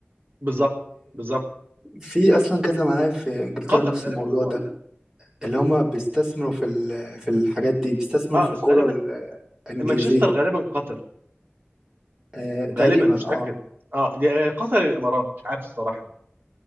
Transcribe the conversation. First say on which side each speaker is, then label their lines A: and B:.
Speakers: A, on the right; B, on the right.
A: بالظبط بالظبط
B: في اصلا كذا ملاعب في انجلترا
A: قطر
B: نفس
A: غالبا
B: الموضوع
A: هم ولا
B: ده اللي هما بيستثمروا في ال- في الحاجات دي بيستثمروا
A: اه
B: في
A: بس
B: الكرة
A: غالبا
B: الانجليزية
A: مانشستر غالبا قطر
B: آه تقريبا
A: غالبا مش متاكد
B: اه,
A: اه يا- آه، قطر يا الامارات مش عارف الصراحه